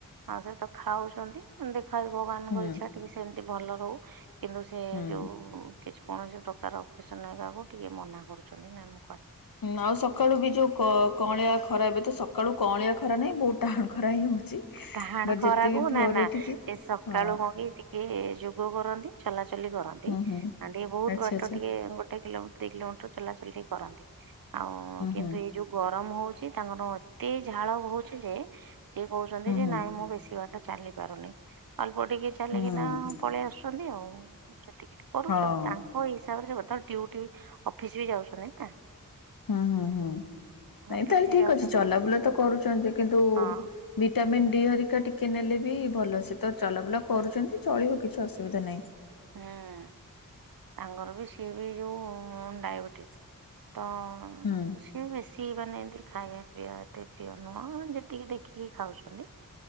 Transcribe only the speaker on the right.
ଆଉ ସେ ତ ଖାଉଛନ୍ତି ଦେଖାଯାଉ ଭଗବାନଙ୍କ
ଇଛା ଟିକେ ସେମତି ଭଲ ରହୁ କିନ୍ତୁ ସେ
ଯୋଉ କିଛି କୌଣସି ପ୍ରକାର ଅପ୍ରେସନ୍ ନେବାକୁ ଟିକେ ମନା କରୁଛନ୍ତି ନା ମୁ
ଟାହାଣ
ଖରାକୁ
ନା ନା
ଏ ସକାଳୁ
କଣ କି ଟିକେ ଯୋଗ କରନ୍ତି। ଚଲାଚଲି କରନ୍ତି
ଆଁ ଟିକେ ବହୁତ
ବାଟ
ଟିକେ ଗୋଟେ କିଲୋମିଟ ଦୁଇ କିଲୋମିଟର ଚଲାଚଲିି କରନ୍ତି ଆଉ
କିନ୍ତୁ
ଏଇ ଯୋଉ ଗରମ ହଉଛି ତାଙ୍କର ଏତେ ଝାଳ ଭୋହୁଛି ଯେ ସିଏ କହୁଛନ୍ତି
ଯେ
ନାଇଁ ମୁଁ ବେଶୀ ବାଟ ଚାଲି ପାରୁନି ଅଳ୍ପ ଟିକେ ଚାଲିକିନା
ପଳେଇ ଆସୁଛନ୍ତି ଆଉ ସେତିକି ଟିକେ କରୁଛନ୍ତି
ତାଙ୍କ ହିସାବରେ ବର୍ତମାନ ଡ୍ୟୁଟି ବି ଅଫିସ୍ ବି ଯାଉଛନ୍ତି ନା।
ଅଫିସ
ବି
ଯାଉଛନ୍ତି
ହଁ
ହୁଁ। ତାଙ୍କର ବି ସିଏ ବି ଯୋଉ ଡାଇବେଟିସ୍ ତ
ସିଏ ବେଶୀ ମାନେ ଏନ୍ତି ଖାଇଆ ପିଇବା ଏତେ ପ୍ରିୟ ନୁହଁ ଯେତିକି ଦେଖିକି ଖାଉଛନ୍ତି।